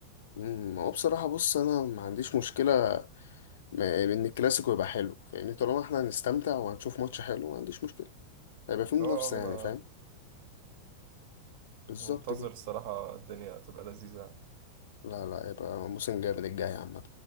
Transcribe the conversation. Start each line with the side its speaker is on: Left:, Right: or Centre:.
Left: أمم، هو بصراحة بص أنا ما عنديش مشكلة م- ان الكلاسيكو يبقى حلو فاهمني طالما احنا هنستمتع وهنشوف ماتش حلو ما عنديش مشكله هيبقى فيه منافسه
Right: اه
Left: يعني
Right: انا
Left: فاهم بالظبط
Right: منتظر
Left: كده
Right: الصراحة الدنيا تبقى لذيذة
Left: لا لا يبقى موسم جامد الجاي عامه